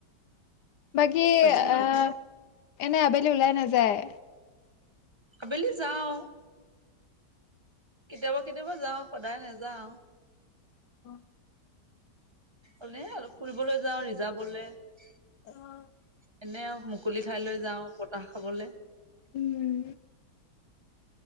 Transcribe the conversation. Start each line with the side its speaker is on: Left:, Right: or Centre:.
Left: বাকী
Right: দহ দিন মান
Left: আহ
Right: পিছত
Left: এনে আবেলি ওলাই নাযায়?
Right: আবেলি যাওঁ <inaudible> কেতিয়াবা-কেতিয়াবা যাওঁ সদায় নাযাওঁ। <unintelligible>
Left: অ <unintelligible>
Right: হলে অলপ ফুৰিবলৈ যাওঁ ৰিজাৰ্ভ অলে <unintelligible>
Left: অঁ <unintelligible>
Right: এনে মুকলি ঠাই লৈ যাওঁ বতাহ খাবলে। <unintelligible>
Left: উম <unintelligible>